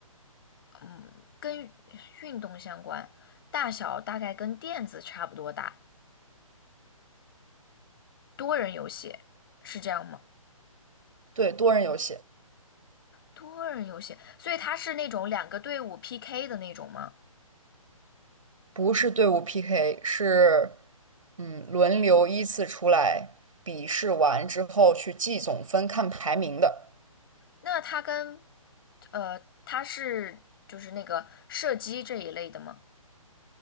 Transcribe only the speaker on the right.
对，多人游戏。
不是队伍 PK，是嗯轮流依次出来，比试完之后去计总分看排名的，